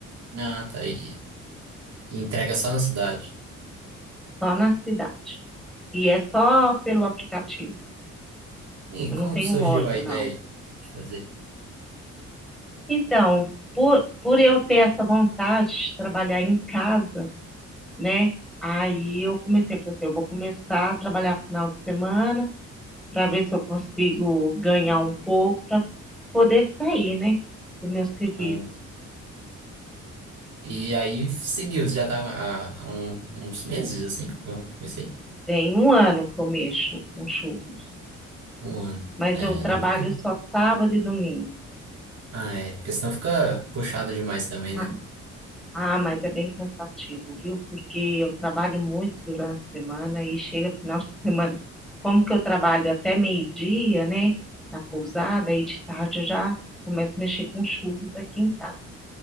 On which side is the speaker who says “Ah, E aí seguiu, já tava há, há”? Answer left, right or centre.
Right